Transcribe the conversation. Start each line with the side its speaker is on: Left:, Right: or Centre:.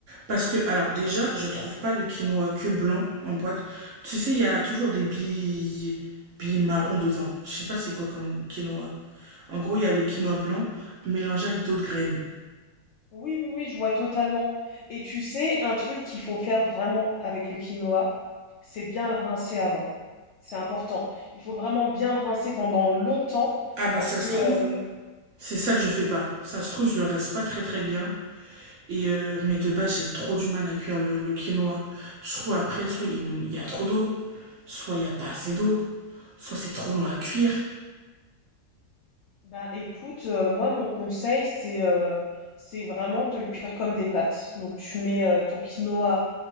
Right: Parce que, alors déjà, je trouve pas de quinoa que blanc en boîte. Tu sais, il y a toujours des billes, billes marron dedans. Je sais pas c'est quoi comme quinoa. En gros, il y a le quinoa blanc mélangé avec d'autres graines.
Left: Oui, oui, oui, je vois totalement. Et tu sais, un truc qu'il faut faire vraiment avec le quinoa, c'est bien le rincer avant. C'est important. Il faut vraiment bien le rincer pendant longtemps
Right: Ah bah
Left: parce
Right: ça
Left: que,
Right: se trouve,
Left: hem,
Right: c'est ça que je fais pas. Ça se trouve, je le reste pas très très bien. Et euh, mais de base, j'ai trop du mal à cuire le, le quinoa. Je trouve après, soit il il y a trop d'eau, soit il y a pas assez d'eau, soit c'est trop long à cuire.
Left: ben, écoute, heu, moi, mon conseil, c'est, heu, c'est vraiment de le cuire comme des pâtes. Donc tu mets, heu, ton quinoa,